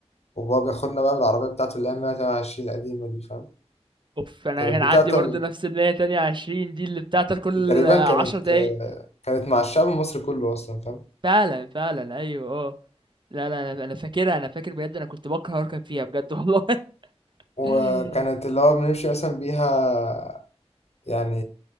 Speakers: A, on the left; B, on the right.
A: وبابا بياخدنا بقى بالعربية بتاعته اللي هي 128 القديمة دي فاهم
B: اوف انا
A: كانت
B: كان
A: بتاعته
B: عندي برضه نفس اللي هي تانية عشرين دي اللي بتاعتك كل
A: تقريبا
B: عشر
A: كانت
B: دقايق
A: كانت مع الشعب المصري كله اصلا فاهم
B: فعلا فعلا ايوه اه لا لا انا أنا فاكرها انا فاكر بجد انا كنت بكره اركب فيها بجد والله
A: وكانت
B: <laughs>
A: اللي هو بنمشي مثلا بيها يعني